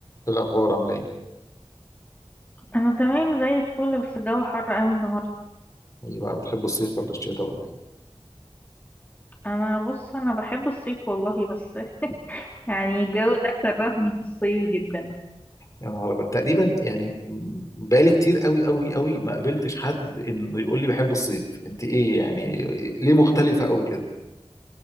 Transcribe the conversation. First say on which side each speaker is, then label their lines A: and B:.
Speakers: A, on the left; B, on the left.
A: إيه الأخبار عاملة إيه؟
B: انا تمام زي الفل بس الجو حر قوي النهارده
A: إيه بقى بتحب الصيف ولا الشتاء ولا إيه؟
B: انا بص انا بحب الصيف والله بس يعني الجو ده كرهني في الصيف جدا
A: يا نهار أبيض تقريبا يعني م- بقالي كتير أوي أوي أوي ما قابلتش حد إنه يقول لي بحب الصيف، أنت إيه يعني إيه- ليه مختلفة أوي كده؟